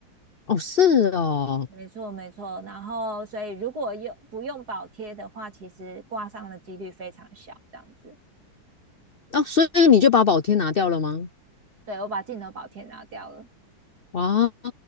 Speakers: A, on the left; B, on the right.
A: 哦是哦，
B: 没错，没错。然后，所以如果用不用保贴的话，其实挂上的几率非常小，这样子。
A: 哦，所以你就把保贴拿掉了吗？
B: 对，我把镜头保贴拿掉了
A: 哇，